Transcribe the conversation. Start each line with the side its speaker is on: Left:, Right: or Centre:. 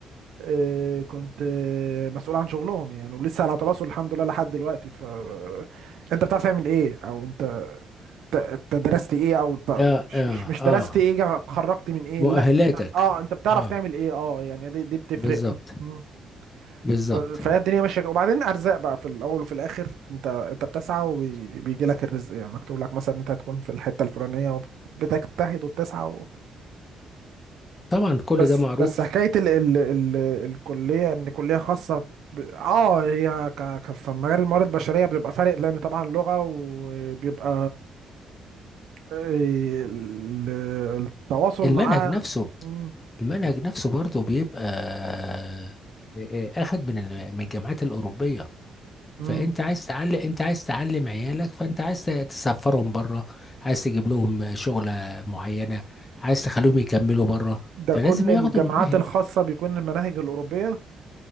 Right: آه، كنت آه، مسؤول عن شغلهم يعني ولسه على تواصل الحمد لله لحد دلوقتي ف آه، انت بتعرف تعمل ايه او انت ت- انت درست ايه او ت-
Left: اه
Right: مش
Left: اه
Right: مش مش درست
Left: آه.
Right: ايه جا- اتخرجت من ايه
Left: مؤهلاتك
Right: لا اه انت بتعرف
Left: اه
Right: تعمل ايه اه يعني دي, دي بتفرق
Left: بالظبط
Right: مم.
Left: بالظبط
Right: ف- فهي الدنيا ماشيه كده. وبعدين ارزاق بقى في الاول وفي الاخر انت انت بتسعى وبيجي لك الرزق يعني مكتوب لك مثلا انت هتكون في الحته الفلانيه وبتجتهد وبتسعى
Left: طبعا كل
Right: بس
Left: ده معروف
Right: بس حكايه ال ال ال الكليه ان كليه خاصه ب... اه هي ك... ك... في مجال الموارد البشريه بتبقى فارق لان طبعا لغه وبيبقى آه، ال- التواصل
Left: المنهج
Right: معاه
Left: نفسه
Right: مم.
Left: المنهج نفسه برضه بيبقى آه، آه، آه، اخد من ال- من الجامعات الأوروبية
Right: مم.
Left: فانت عايز تعلم انت عايز تعلم عيالك فانت عايز ت- تسفرهم بره عايز تجيب لهم شغلة معينة عايز تخليهم يكملوا بره
Right: ده
Left: فلازم
Right: كل
Left: ياخدوا
Right: الجامعات
Left: المناهج
Right: الخاصه
Left: دي
Right: بيكون المناهج الاوروبيه